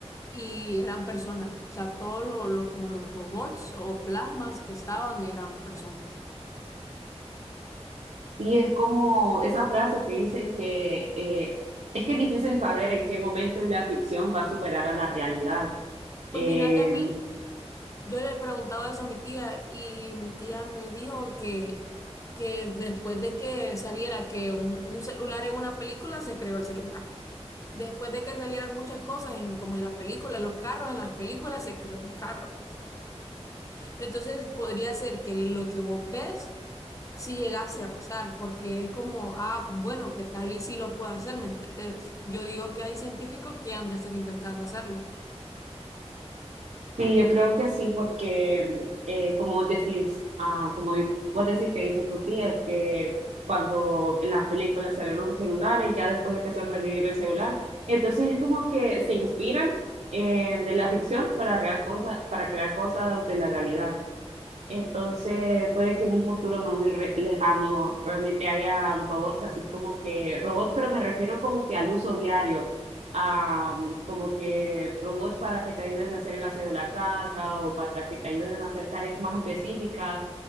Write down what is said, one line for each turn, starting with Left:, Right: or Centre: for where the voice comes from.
Left: Y eran personas, o sea, todos los, los- como los robots o plasmas que estaban eran personas.
Right: Y es como esa frase que dicen que eh, es que es difícil saber en qué momento la ficción va a superar a la realidad.
Left: Pues
Right: Eh,
Left: mira que a mí... Yo le he preguntado eso a mi tía y mi tía me dijo que, que después de que saliera que un, un celular en una película, se creó el celular. Después de que salieran muchas cosas en, como en las películas, los carros en las películas, se creó un carro. Entonces podría ser que lo que vos ves si llegase a pasar, porque es como, ah, bueno, que tal y si lo puede hacer, ¿me entendés? Yo digo que hay científicos que han de estar intentando hacerlo.
Right: y yo creo que sí, porque eh, como decís, ah, como di- vos decís que dice tu tía, que cuando en las películas salieron los celulares, ya después empezó a salir el celular. Entonces es como que se inspiran eh, de la ficción para, real cosas, para crear cosas de la realidad. Entonces, puede que en un futuro no muy re- lejano realmente haya robots, así como que robots, pero me refiero como que al uso diario, a um, como que robots para que te ayuden a hacer el aseo de la casa o para que te ayuden a hacer tareas más específicas